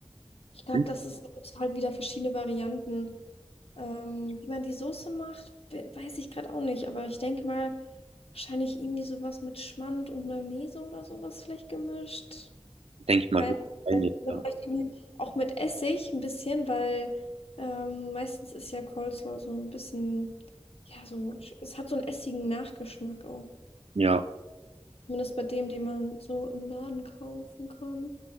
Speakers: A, on the left (about 70°); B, on the right (about 80°).
A: Ich glaube,
B: Hm?
A: das ist, gibt's halt wieder verschiedene Varianten. Ähm, wie man die Soße macht, we- weiß ich gerade auch nicht, aber ich denke mal, wahrscheinlich irgendwie sowas mit Schmand und Mayonnaise oder sowas vielleicht gemischt.
B: Denke ich mal,
A: Keine
B: höchstwahrscheinlich,
A: Ahnung. Oder
B: ja.
A: vielleicht irgendwie auch mit Essig ein bisschen, weil ähm, meistens ist ja Coleslaw so ein bisschen, ja, so, es hat so einen essigen Nachgeschmack auch.
B: Ja,
A: Zumindest bei dem, den man so im Laden kaufen kann.